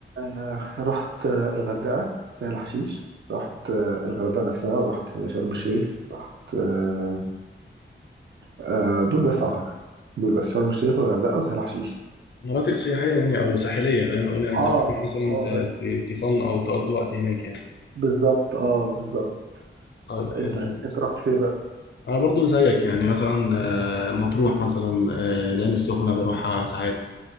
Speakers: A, on the right (about 60°); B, on the left (about 60°).
A: آه، رحت آه، الغردقه سهل حشيش رحت آه، الغردقه نفسها ورحت شرم الشيخ رحت آه، آه، دول بس اعتقد دول بس شرم الشيخ والغردقه وسهل حشيش
B: مناطق سياحية يعني أو ساحلية خلينا نقول يعني أنت
A: اه
B: بتروح مثلا
A: اه
B: ت-
A: بس
B: ت- تفن أو تقضي وقت هناك يعني
A: بالظبط اه بالظبط
B: طيب حلو
A: انت انت رحت فين بقى
B: انا برضو زيك يعني مثلا آه، مطروح مثلا آه، العين السخنة بروحها ساعات